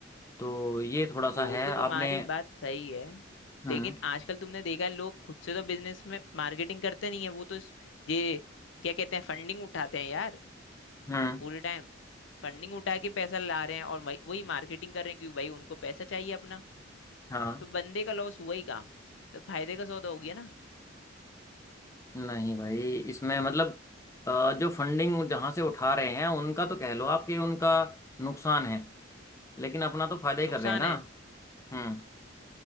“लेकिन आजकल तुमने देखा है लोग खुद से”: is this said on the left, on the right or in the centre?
Left